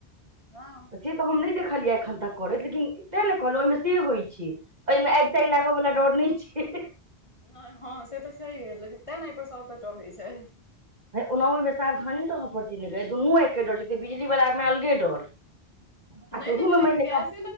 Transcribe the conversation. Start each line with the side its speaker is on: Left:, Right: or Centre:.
Left: हं
Right: तऽ से तऽ हम नहि देखलियै एखन तक करैत लेकिन तैँ ने कहलहुँ ओहिमे से होइत छै ओहिमे आगि तागि लागऽ बला डर नहि छै
Left: नहि हँ से तऽ छैहे लेकिन तें ने पर सबटा डरै छै
Right: हे ओना ओहिमे सावधानी रहऽ पड़तै नै दुनू आगिक के डर जेै बिजली वलामे अलगे डर आ
Left: नहि
Right: तोहू
Left: नहि तऽ
Right: मे मानि
Left: गैस
Right: ले